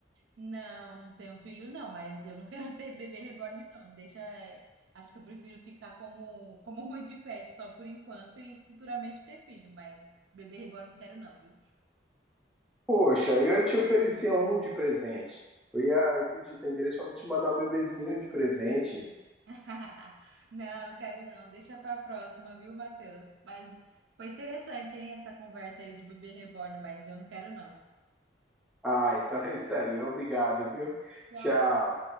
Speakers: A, on the right (about 80°); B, in the centre.
A: Não, não tenho filho, não, mas eu não quero <laughs> ter bebê reborn, não. Deixa. eh, Acho que eu prefiro ficar como, como mãe de pet só por enquanto e futuramente ter filho, mas bebê reborn não quero, não, viu?
B: Poxa, eu te oferecia um de presente. Eu ia aí pedir teu endereço pra me te mandar um bebezinho de presente.
A: <laughs> Não, não quero não. Deixa pra próxima, viu, Matheus? Mas foi interessante, hein, essa conversa aí de bebê reborn, mas eu não quero não.
B: Ah, então é isso aí. Obrigado, viu?
A: Tchau.
B: Tchau.